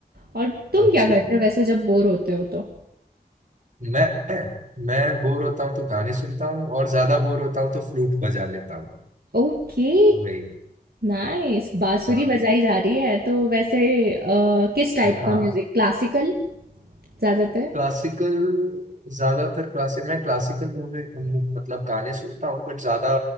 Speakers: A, on the right (about 70°); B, on the right (about 50°).
A: और तुम
B: अच्छा
A: क्या करते हो वैसे जब बोर होते हो तो
B: मैं मैं बोर होता हूँ तो गाने सुनता हूँ और ज्यादा बोर होता हूँ तो फ्लूट बजा लेता हूँ
A: ओके
B: तो वही
A: नाइस बांसुरी
B: हाँ
A: बजाई जा रही है तो वैसे अ, किस टाइप
B: हाँ
A: का म्यूज़िक क्लासिकल ज़्यादातर
B: क्लासिकल ज्यादातर क्लासिक मैं क्लासिकल मूवी मतलब गाने सुनता हूँ बट ज्यादा